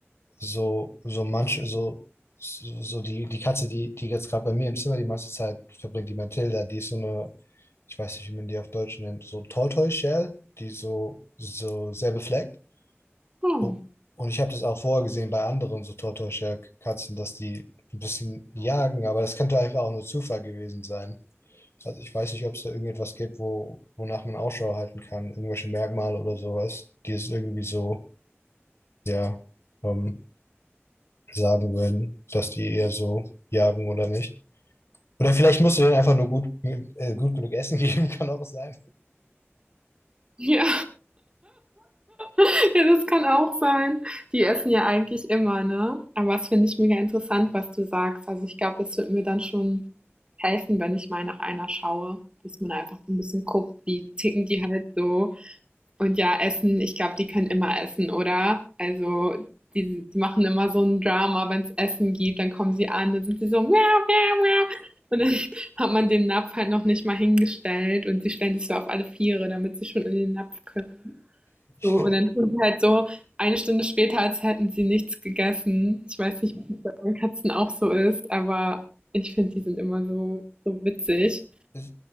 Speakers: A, on the left; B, on the right.
A: so, so manche, so, so so die, die Katze, die, die jetzt gerade bei mir im Zimmer die meiste Zeit verbringt, die Mathilda, die ist so eine, ich weiß nicht, wie man die auf Deutsch nennt, so Tortoise Shell, die so, so sehr befleckt.
B: Hm.
A: Oh, Und ich habe das auch vorher gesehen bei anderen so Tortoise-Katzen, dass die ein bisschen jagen, aber das könnte einfach auch nur Zufall gewesen sein. Also ich weiß nicht, ob es da irgendetwas gibt, wo, wonach man Ausschau halten kann, irgendwelche Merkmale oder sowas, die es irgendwie so, ja, ähm, sagen würden, dass die eher so jagen oder nicht. Oder vielleicht musst du denen einfach nur gut, äh, gut genug Essen geben, <laughs> kann auch sein.
B: Ja, <laughs> ja, das kann auch sein. Die essen ja eigentlich immer, ne? Aber das finde ich mega interessant, was du sagst. Also ich glaube, das wird mir dann schon helfen, wenn ich mal nach einer schaue, dass man einfach so ein bisschen guckt, wie ticken die halt so. Und ja, Essen, ich glaube, die können immer essen, oder? Also die, die machen immer so ein Drama, wenn es Essen gibt, dann kommen sie an, dann sind sie so, miau, miau, miau. Und dann <laughs> hat man den Napf halt noch nicht mal hingestellt und sie stellen sich so auf alle Viere, damit sie schon in den Napf können.
A: <laughs>
B: So, und dann tun sie halt so eine Stunde später, als hätten sie nichts gegessen. Ich weiß nicht, ob das bei den Katzen auch so ist, aber ich finde, die sind immer so, so witzig.
A: Ja.